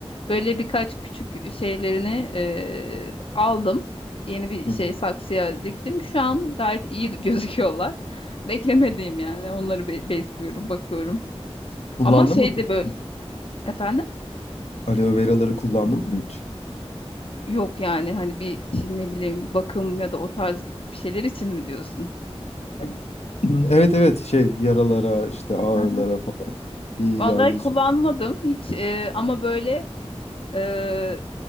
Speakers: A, on the left; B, on the left.
A: Böyle birkaç küçük şeylerini eee, aldım. Yeni bir
B: Hı
A: şey
B: hı.
A: saksıya diktim. Şu an gayet iyi <laughs> gözüküyorlar. Beklemediğim yani. Onları be- besliyorum, bakıyorum.
B: Kullandın
A: Ama şey
B: mı peki?
A: de böyle efendim
B: Aloe veraları kullandın mı hiç?
A: yok yani hani bir şimdi ne bileyim bakım ya da o tarz bir şeyler için mi diyorsun?
B: <clears throat> Evet evet şey yaralara işte ağrılara
A: Hı hı.
B: falan iyi
A: Vallahi
B: geldi.
A: kullanmadım hiç eee, ama böyle Ee,